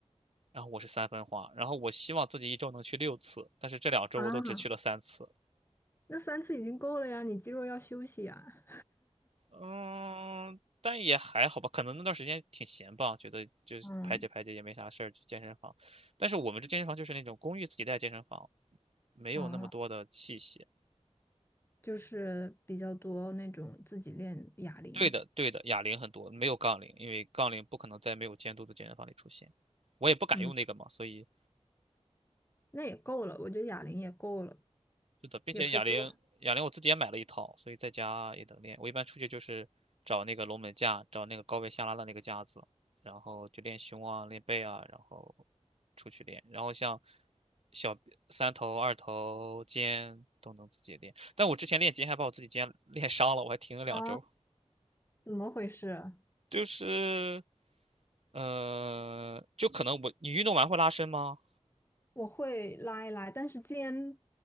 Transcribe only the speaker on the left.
啊，那三次已经够了呀，你肌肉要休息呀。
嗯，
哦。就是比较多那种自己练哑铃，
嗯，
那也够了，我觉得哑铃也够了，
也可以做
啊？怎么回事？
我会拉一拉，但是肩